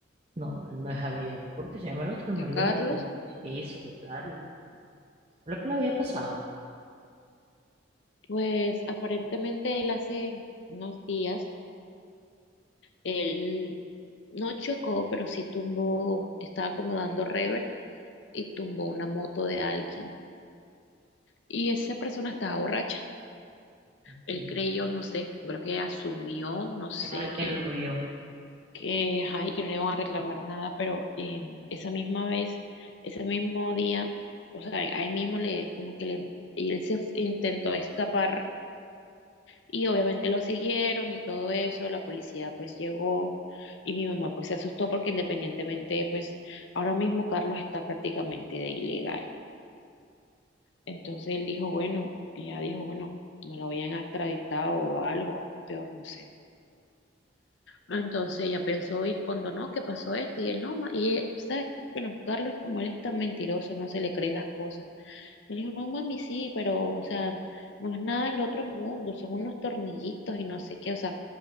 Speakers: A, on the right; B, on the left.
A: No, no es Javier. ¿Cómo que se llama el otro?
B: de
A: El marido
B: Carlos.
A: de de- de eso, de Carlos. Fue lo que le había pasado.
B: Pues aparentemente él hace unos días, él no chocó, pero sí tumbó, estaba como dando rever y tumbó una moto de alguien. Y esa persona estaba borracha.
A: Mentira.
B: Él creyó, no sé, yo creo que asumió, no sé,
A: Que alguien
B: que
A: lo vio.
B: que, ay, que no le van a reclamar nada, pero eh, esa misma vez, ese mismo día, o sea, ahí mismo le, como que le, y él se f- intentó escapar y obviamente lo siguieron y todo eso, la policía pues llegó y mi mamá pues se asustó porque independientemente pues ahora mismo Carlos está prácticamente de ilegal. Entonces él dijo, bueno, ella dijo, bueno, no lo habían extraditado o algo, algo peor, no sé. Entonces ella pensó y cuando no, ¿qué pasó esto? Y él no, ma- y él, ¿sabes? Bueno, Carlos como él es tan mentiroso, no se le cree las cosas. Él dijo, no mami, sí, pero, o sea, no es nada del otro mundo, son unos tornillitos y no sé qué, o sea,